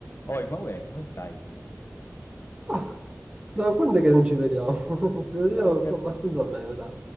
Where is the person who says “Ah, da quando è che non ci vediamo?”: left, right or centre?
Right